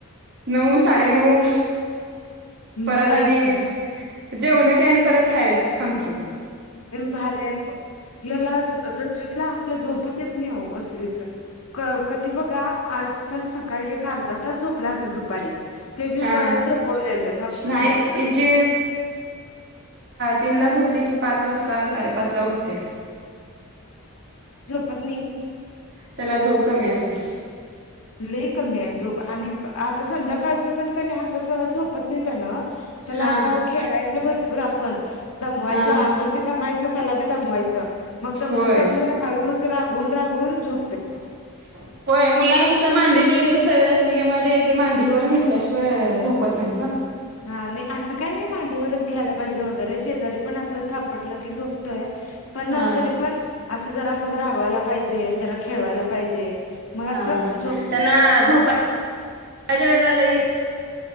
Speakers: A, on the right (about 50°); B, on the left (about 70°).
A: नऊ साडे नऊ परत
B: बरं आहे
A: आणि
B: की
A: जेवलं की आणि फैज हंसरून
B: भारी्या आहे याला रजितला आमच्या झोपत येत नाही कसलीच क कधी बघा आज पण सकाळी एक अर्धा झोपला असेल दुपारी ते बी
A: हा
B: बळाच झोपवलेलं थापटून
A: नाही
B: थपटून
A: हिची तीनला झोपले की पाच वाजता साडेपाच ला उठते
B: पत्नी
A: त्याला झोप कमी असेल
B: लई कमी आहे झोप आणि आता संध्याकाळचं पण क नाही असं सह झोपत नाही त्यान त्याला
A: हा
B: आता खेळायचं भरपूर आपण दमवायचं
A: हा
B: आपण बी दमायच त्याला बी दमवायचं मग दमून
A: होय
B: दमून हळूच रागून रा गुल झु
A: हो मुलांना असं मांडीची वगैरे सगळ असली कि म ते मांडीवर घेतल्याशिवाय झोपत नाहीत ना
B: हा नाही असं काय नाही मांडीवरच घ्यायला पाहिजे वगैरे शेजारी पण असं थापटलं की झोपतोय पण ना
A: हा
B: तरी पण असं जरा मग रागवायला पाहिजे जरा खेळवायला पाहिजे मग असं
A: हा
B: झोपतोय
A: त्यांना झोप माझ्या वेळेला लई